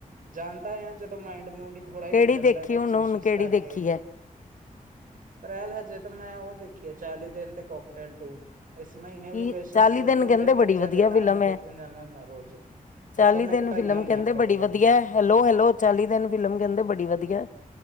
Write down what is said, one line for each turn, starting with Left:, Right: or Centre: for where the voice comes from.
Right: ਜਾਂਦਾ ਆ ਜਦੋਂ ਮਾਇੰਡ ਮੂੰਡ ਥੋੜ੍ਹਾ
Left: ਕਿਹੜੀ
Right: ਹਿਲ ਜਾਂਦਾ
Left: ਦੇਖੀ
Right: ਕੁਛ
Left: ਹੁਣ-ਹੁਣ
Right: ਇਸ਼ੂਜ਼
Left: ਕਿਹੜੀ
Right: ਕਰਕੇ।
Left: ਦੇਖੀ ਹੈ।
Right: ਫਰੈਲ ਹਜੇ ਤਾਂ ਮੈਂ ਉਹ ਦੇਖੀ ਆ ਚਾਲੀ ਦਿਨ ਤੇ ਕੋਕਟੇਲ ਟੂ। ਇਸ ਮਹੀਨੇ
Left: ਕੀ
Right: ਲੋਕੇਸ਼ਨ
Left: ਚਾਲੀ
Right: ਚੱਲਦੇ
Left: ਦਿਨ
Right: ਹੁੰਦੇ
Left: ਕਹਿੰਦੇ
Right: ਨਾ
Left: ਬੜੀ
Right: ਬੱਚਿਆਂ
Left: ਵਧੀਆ
Right: ਦੇ
Left: ਫਿਲਮ
Right: ਤਾਂ ਮੈਂ ਦੇਖਣ
Left: ਹੈ।
Right: ਜਾਂਦਾ ਹੁੰਦਾ ਰੋਜ਼।
Left: ਚਾਲੀ
Right: ਓਦਾਂ ਮੈਂ
Left: ਦਿਨ
Right: ਘਟਾਈਆਂ
Left: ਫਿਲਮ
Right: ਹੋਈਆਂ
Left: ਕਹਿੰਦੇ
Right: ਆਪਣੇ
Left: ਬੜੀ
Right: ਵੱਲੋਂ ‌।
Left: ਵਧੀਆ ਹੈਲੋ- ਹੈਲੋ ਚਾਲੀ ਦਿਨ ਫਿਲਮ ਕਹਿੰਦੇ ਬੜੀ ਵਧੀਆ।